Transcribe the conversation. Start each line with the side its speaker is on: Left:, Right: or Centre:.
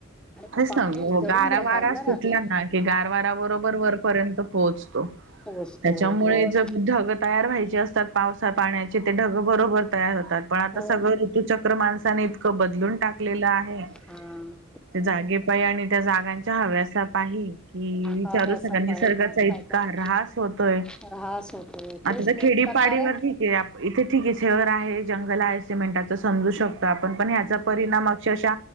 Centre: आणि
Right: होच
Centre: पाणी
Right: ना हो
Centre: जरून
Right: गारा
Centre: राहायला
Right: वारा सुटल्या
Centre: राहत्या
Right: ना की गार वारा बरोबर वरपर्यंत पोहोचतो.
Centre: पोहोचतो
Right: त्याच्यामुळे
Centre: हो ना
Right: जग ढगत तयार व्हायचे असतात पावसा पाण्याचे ते ढगं बरोबर तयार होतात पण आता
Centre: हो
Right: सगळं ते चक्र माणसाने इतकं बदलून टाकलेलं आहे.
Centre: हां
Right: त्या जागे पायी आणि त्या जागांच्या हव्यासा पाही कि विचारूच
Centre: हव्यासा
Right: नका निसर्गाचा
Centre: पाहिल मग
Right: इ
Centre: काय तर
Right: का ऱ्हास होतोय,
Centre: ऱ्हास होतोय
Right: आता
Centre: तेच
Right: त्या खेडीपाडी
Centre: एक प्रकारे
Right: वर ठीक ये आप इथे ठीक ये, शहर आहे, जंगल आहे, सिमेंटाच समजू शकतो आपण पण ह्याचा परिणाम
Centre: हो
Right: स शा